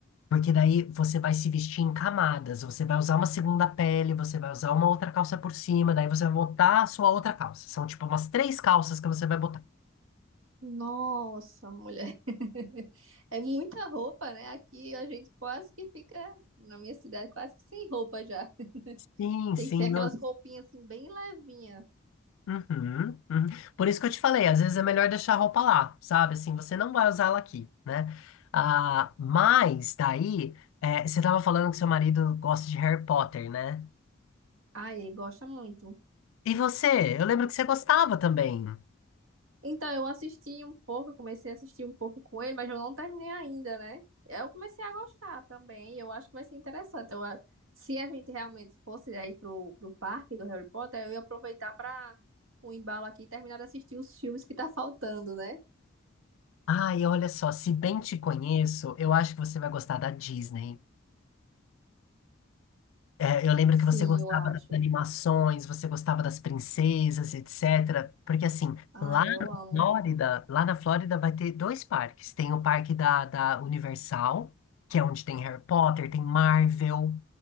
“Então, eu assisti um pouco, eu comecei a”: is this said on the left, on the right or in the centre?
Right